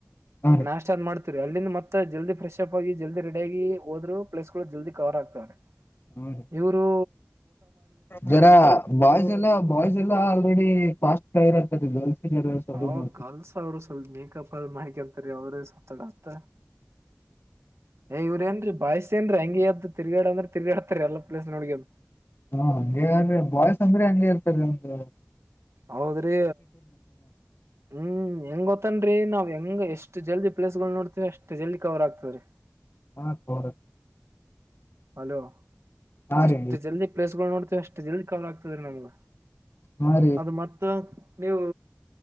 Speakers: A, on the left; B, on the right.
A: ಹಾ ರೀ
B: ನಾಶಟ್ ಅ್ ಮಾಡ್ತತಿರಿ ಅಲ್ಲಿಂದ ಮತ್ತೆ ಜಲ್ದಿ ಫ್ರೆಸಪ್ ಆಗಿ ಜಲ್ದಿ ರೆಡಿ ಆಗ ಹೋದ್ರು ಪ್ಲಸ್ಗಳು ಜಲ್ದಿ ಕರ ಆಗ್ತವ್ರೆ
A: ಹ್ಮ್
B: ಇವರು
A: ಜರ ಬಾಯ್ಸ್ ಎಲ್ಲ ಬಾಯ್ಸ್ ಎಲ್ಲ ಆಲ್ರೆಡಿ ಫಾಸ್ಟ್ ಇರತ್ತದೆ ಗರ್ಲ್ಸ್ ಜರ ಸಪೋರ್ಟ್
B: ಹ
A: ಮಾಡ್ತಾರ
B: ಗರ್ಲ್ಸ್ ಅವ್ರರು ಸ್ವಲ್ಪ ಮೇಕಪ್ ಆದ ಮಾಹಕ ಅಂತರಿೀ ಅವ್ರ ಸತ್ತಡ ಅತ್ತ ಏ ಇವ್ ಏನ್ೀ ಬಾಯ್ ಏನ್ ಹಂಗ ಯದ್ದ ತಿರ್ಗಾ ಅಂದ್ರ ತಿಗಾಡತರಿ ಎಲ್ಲ ಪ್ಲೇಸ್ ನೋಡಗ
A: ಹ್ಮ ಹಂಗಗೆ್ರ ಬಾಯ್ಸ್ ಅಂದ್ರೆ ಹಂಗೆ ಇರ್ತಾರ ಒಮ್ದ್
B: ಹೌದ್ರಿ ಹ್ಮ್ ಹೆಂಗ್ ಗೊತ್ತನ್ರಿ ನಾವ್ ಹೆಂಗ ಎಷ್ಟ್ ಎಷ್ಟು ಜಲ್ದಿ ಪ್ಲೇಸ್ ಗಳು ನೋಡ್ತೀ ಅಷ್ಟ ಜಲ್ದ ಕವರ್ ಆಗ್ತದೆಾರೆ
A: ಹಾ ರ
B: ಹಲೋ
A: ಹಾ
B: ಎಷ್ಟು
A: ರೀ
B: ಜಲ್ದಿ ಪ್ಲೇಸ್ಗಳು ನೋಡ್ತವೆ ಎಷ್ಟ ಜಲ್ದಿ ಕವರ್ ಆಗ್ತದ್ರೀ ನಮ್ಗ
A: ಹಾ ರೀ
B: ಅದು ಮತ್ತ ನೀವು